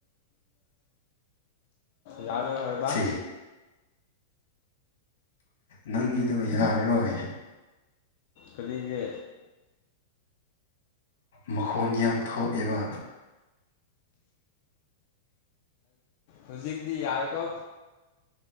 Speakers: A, on the left; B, on the left.
A: ꯌꯥꯔꯦ ꯍꯕ
B: ꯁꯤ ꯅꯪꯒꯤꯗꯣ ꯑꯃꯁꯨꯡ ꯌꯥꯔꯔꯣꯏ
A: ꯀꯔꯤꯒꯤ
B: ꯃꯈꯣꯟ ꯌꯥꯝ ꯊꯣꯛꯑꯕ
A: ꯍꯧꯖꯤꯛꯇꯤ ꯌꯥꯏꯀꯣ